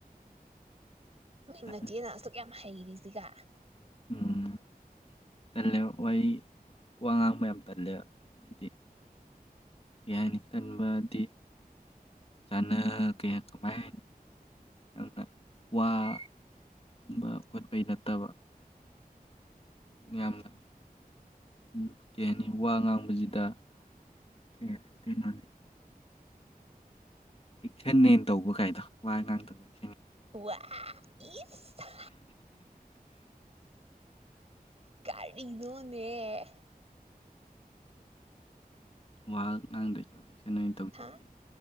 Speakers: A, on the right (about 40°); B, on the left (about 40°).
A: ꯃꯟꯅ
B: ꯇꯜꯂꯦ
A: ꯆꯤꯌꯦ ꯍꯩꯔꯤꯁꯤꯒ
B: ꯎꯝ ꯇꯜꯂꯦ ꯋꯥꯍꯩ ꯋꯥ ꯉꯥꯡꯕ ꯌꯥꯝ ꯇꯜꯂꯦ ꯍꯥꯏꯗꯤ ꯀꯩ ꯍꯥꯏꯅꯤ ꯇꯟꯕꯗꯤ ꯆꯥꯅ ꯀ ꯀꯃꯥꯏ ꯍꯥꯏꯅꯤ ꯌꯥꯝꯅ ꯋꯥꯕ ꯈꯣꯠꯄꯩ ꯅꯠꯇꯕ ꯌꯥꯝꯅ ꯎꯝ <unintelligible> ꯋꯥ ꯉꯥꯡꯕꯁꯤꯗ ꯀꯩ ꯀꯩ ꯃꯥꯟꯂꯤ ꯑꯦꯛꯁꯟꯅꯦꯅ ꯇꯧꯕ ꯀꯥꯏꯗ ꯋꯥ ꯉꯥꯡꯗꯕꯒꯤ
A: ꯋꯥ ꯏꯁ ꯀꯥꯔꯤꯅꯣꯅꯦ
B: ꯋꯥ ꯉꯥꯡꯗꯦ ꯇꯧꯔꯤꯁꯦ ꯀꯩꯅ ꯑꯣꯏꯅ ꯇꯧꯖꯒꯦ
A: ꯍꯥ